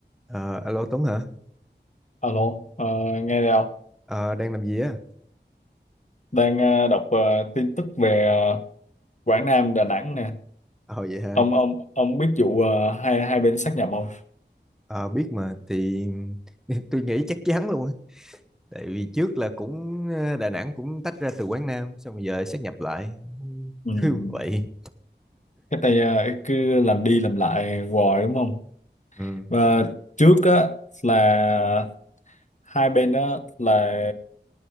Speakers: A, in the centre; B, on the left (about 40°).
A: Ờ, alo Tuấn hả?
B: Alo, ờ, nghe đây không?
A: Ờ, đang làm gì á?
B: Đang ờ, đọc ờ, tin tức về ờ, Quảng Nam, Đà Nẵng nè.
A: Ờ vậy hả?
B: Ông ông ông biết vụ ờ, hai hai bên sát nhập không?
A: Ờ, biết mà thì <laughs> tôi nghĩ chắc chắn luôn á. Tại vì trước là cũng ờ, Đà Nẵng cũng tách ra từ Quảng Nam xong rồi giờ sáp nhập lại. <laughs>
B: Ừ.
A: Cứ
B: ừ.
A: vậy.
B: Cái tay ờ, cứ làm đi làm lại hoài đúng không?
A: Ừ,
B: Và trước á là hai bên đó là